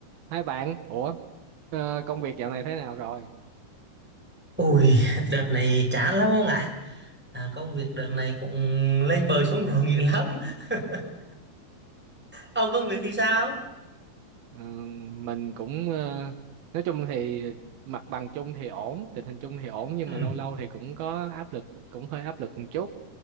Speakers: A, on the right; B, in the centre.
A: Hai bạn, ủa ờ, công việc dạo này thế nào rồi?
B: Ui, <laughs> đợt này chán lắm ông ạ. À, công việc đợt này cũng lên bờ xuống ruộng dữ lắm. <laughs> Ông công việc thì sao?
A: Ờ, mình cũng ờ, nói chung thì mặt bằng chung thì ổn, tình hình chung thì ổn nhưng
B: Ừ.
A: mà lâu lâu thì cũng có áp lực, cũng hơi áp lực một chút.